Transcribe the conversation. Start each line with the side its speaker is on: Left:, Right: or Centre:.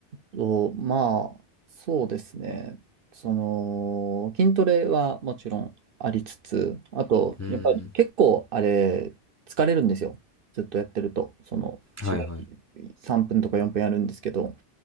Right: と、まあ、そうですね。その、筋トレはもちろんありつつ、あと、
Left: うーん、
Right: やっぱり結構あれ、疲れるんですよ。ずっとやってると。その、試合
Left: はいはい、
Right: 3分とか4分やるんですけど、